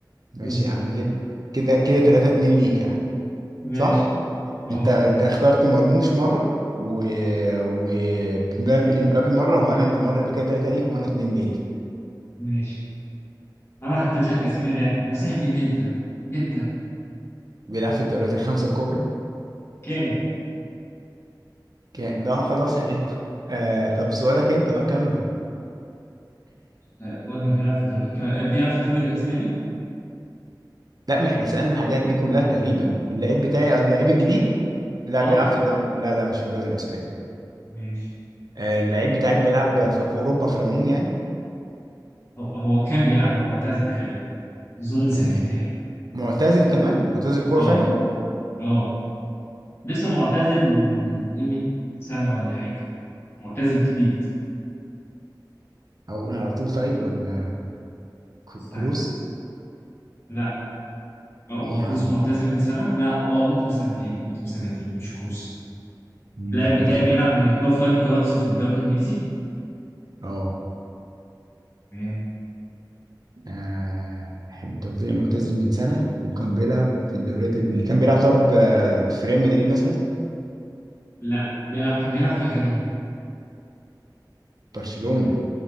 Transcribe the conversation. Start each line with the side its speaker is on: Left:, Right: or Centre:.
Right: ماشي
Left: بالظبط
Right: يا عم كده كده كده 3 2 ليك ها
Left: ماشي
Right: صح
Left: اه
Right: انت انت اخترت مرموش مره و ومبابي امبابي مره وهالاند مره يبقى كده 3 ليك وانا 2 ليك
Left: ماشي انا حطيت لك اسمين لاعب وسهل جدا جدا
Right: بيلعب في الدوريات الخمسه الكبرى
Left: كان
Right: كان ده خلاص عرفته آه طب سؤالك انت بقى كمل
Left: آه، قلنا بيلعب في الدوري كان- آه، بيلعب في الدوري الاسباني
Right: لا ما احنا سألنا الحاجات دي كلها تقريبا اللعيب بتاعي آه، اللعيب الجديد لا
Left: اه
Right: بيلعب في الدوري لا لا مش في الدوري الاسباني
Left: ماشي
Right: آه اللعيب بتاعك بيلعب في, في اوروبا في العموم يعني
Left: هو هو كان بيلعب هو معتزل حاليا اظن سهلتها
Right: تمام
Left: لك
Right: معتزل كمان معتزل كوره
Left: اه
Right: فعلا
Left: اه لسه معتزل من قيمة سنة ولا حاجة معتزل جديد
Right: هقول على طول طيب ولا ك-
Left: استنى
Right: كروس
Left: لا آه، هو
Right: ايه يا
Left: كروس
Right: عم
Left: معتزل من سنة لا اه ممكن سنتين ممكن سنتين مش كروس
Right: مم،
Left: اللاعب بتاعي
Right: طيب
Left: بيلعب من توب فايف كلابس في الدوري الانجليزي
Right: اه
Left: مان.
Right: آه، انت قلت لي معتزل من سنه وكان بيلعب في الدوريات اللي كان بيلعب طب آه، في ريال مدريد مثلا
Left: لا بيلعب كان بيلعب في غريم
Right: برشلونه